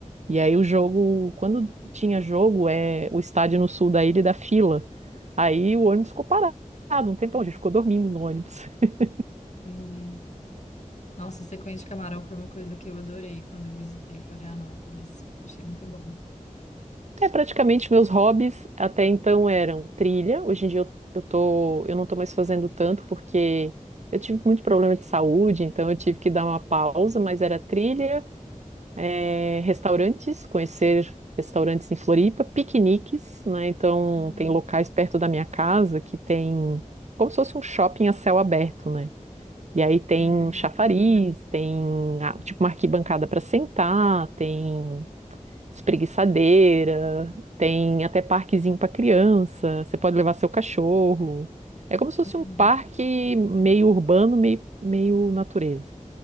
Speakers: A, on the right (about 60°); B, on the left (about 60°).
A: E aí o jogo, quando tinha jogo, é o estádio no sul da ilha e da fila. Aí o ônibus ficou parado um tempão, a gente ficou dormindo no ônibus. <laughs>
B: Entendi. Nossa, sequência de camarão foi uma coisa que eu adorei quando eu visitei Florianópolis. Achei muito bom.
A: É, praticamente meus hobbies até então eram trilha. Hoje em dia eu, eu tô, eu não tô mais fazendo tanto porque eu tive muito problema de saúde, então eu tive que dar uma pausa, mas era trilha, é, restaurantes, conhecer restaurantes em Floripa, piqueniques, né? Então
B: Uhum.
A: tem locais perto da minha casa que tem como se fosse um shopping a céu aberto, né? E aí tem
B: Ah, legal.
A: chafariz, tem ah, tipo uma arquibancada para sentar, tem espreguiçadeira, tem até parquezinho para criança. Você pode levar seu cachorro. É como se fosse
B: Uhum.
A: um parque meio urbano, meio, meio natureza.